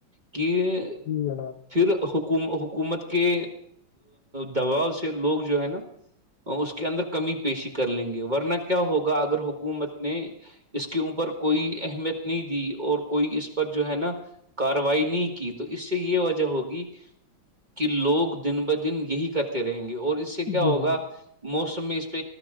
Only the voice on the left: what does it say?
جی جناب
جی
جناب